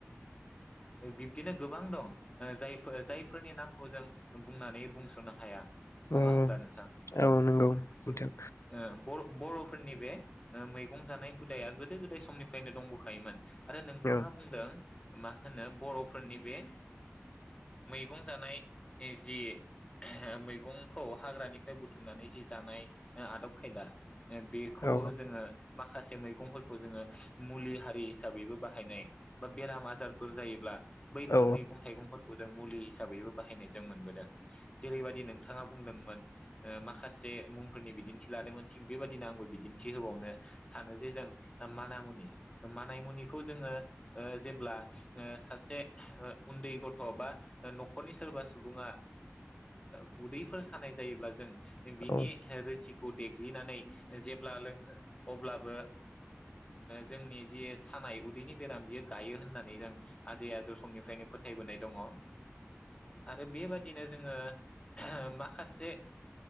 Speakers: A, on the left; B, on the left.
A: बिब्दिनो गोबां दं जायफोर जायफोरनि नामखौ जों बुंनानै बुंसनो हाया नङा
B: औ
A: होमब्ला नोंथां
B: औ नंगौ
A: <unintelligible>
B: नोंथां
A: बरफोरनि बे मैगं जानाय हुदाया गोदो गोदाय समनिफ्रायनो दंबोखायोमोन। आरो नोंथाङा
B: औ
A: बुंदों मा होनो बरफोरनि बे मैगं जानाय जि मैगं मैगंखौ हाग्रानिफ्राय बुथुमनानै जि जानाय आदब खायदा बेखौ
B: औ
A: जोङो माखासे मैगंफोरखौ जोङो मुलि हारि हिसाबैबो बाहायनाय बा बेराम आजारफोर जायोब्ला बैफोर
B: औ
A: मैगं थाइगं खौ जों मुलि हिसाबैबो बाहायनाय जों मोनबोदों। जेरैबायदि नोंथां माखासे मुंफोरनि बिदिन्थि लादोंमोन थिग बेबादिनो आंबो बिदिन्थि होबावनो सानो जे जों मानामुनि मानमुनिखौ जोङो जेब्ला सासे उन्दै गथ बा नखरनि सोरबा सुबुङा उदैफोर सानाय जायोब्ला जों बिनि
B: औ उम
A: रोसि खौ देग्लिनानै जेब्ला लोङो अब्लाबो जोंनि ज सानाय उदैनि बेराम बियो गायो होननानै जों आजै आजौ समनिफ्रायनो फोथायबोनाय दङ आरो बेबादिनो जोङो माखासे